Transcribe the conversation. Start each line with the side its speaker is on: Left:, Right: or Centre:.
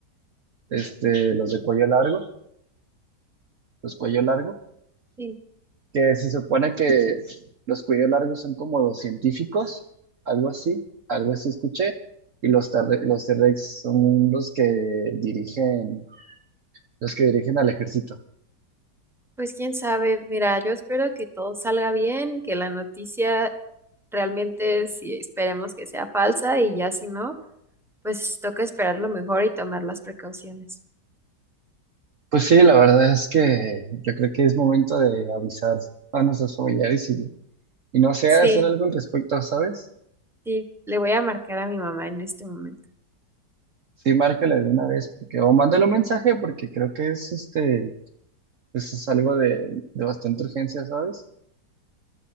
Right: este, los de cuello largo, los cuello largo,
Centre: sí.
Right: que se supone que los cuello largos son como los científicos, algo así, algo así escuché, y los, tarre- los T-Rex son los que dirigen, los que dirigen al ejército.
Centre: Pues quién sabe. Mira, yo espero que todo salga bien, que la noticia realmente, si esperemos que sea falsa y ya si no, pues toca esperar lo mejor y tomar las precauciones.
Right: Pues sí, la verdad es que yo creo que es momento de avisar a nuestros familiares y y no sé
Centre: Sí,
Right: hacer algo al respecto, ¿sabes?
Centre: sí. Le voy a marcar a mi mamá en este momento.
Right: Sí, márcale de una vez, porque, o mándale un mensaje, porque creo que es este, pues es algo de, de bastante urgencia, ¿sabes?